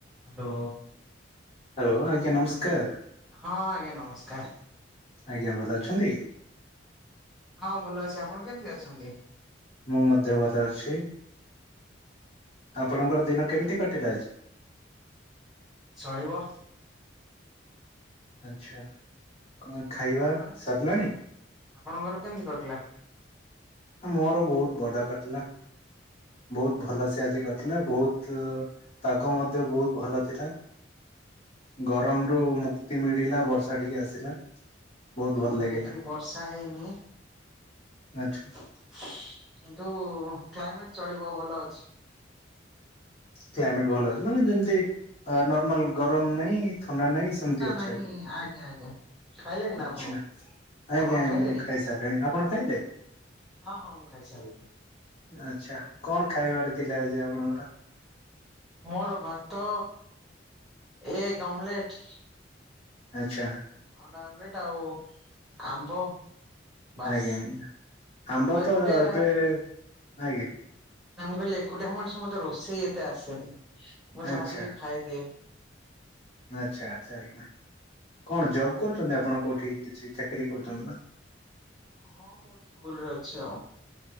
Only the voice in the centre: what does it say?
Hello.
ହଁ ଆଜ୍ଞା ନମସ୍କାର।
ହଁ ଭଲ ଅଛି ଆପଣ କେମିତି ଅଛନ୍ତି?
ଚଳିବ।
ଆପଣଙ୍କର
ଆପଣଙ୍କର କେମିତି କଟିଲା?
ମୁଁ
ତ ଏଠି ବର୍ଷା ହେଇନି।
କିନ୍ତୁ କ୍ଲାଇମେଟ୍ ଚଳିବ ଭଲ ଅଛି।
ଥଣ୍ଡା
ନାହିଁ
ଆଜ୍ଞା ଆଜ୍ଞା ଖାଇଲେଣି ନା
ଆପଣ ଆପଣ
ଖାଇଲେଣି?
ହଁ ହଁ ମୁଁ ଖାଇ ସାରିଲିନି।
ମୋର ଭାତ ଏଗ୍ ଆମ୍ଲେଟ୍।
ଅଣ୍ଡା ଆମ୍ଲେଟ ଆଉ ଆମ୍ବ। ବାସ୍
ମୁଁ ଏକୁଟିଆ
ନାଇ ମୁଁ କହିଲି ଏକୁଟିାଆ ମଣିଷ ମତେ ରୋଷେଇ ଏତେ ଆସେନି ମୁଁ
ଯାହା ଟିକେ ଖାଇଦିଏ।
ହଁ ମୁଁ ଗୋଟେ ସ୍କୁଲ ରେ ଅଛି ଆଉ।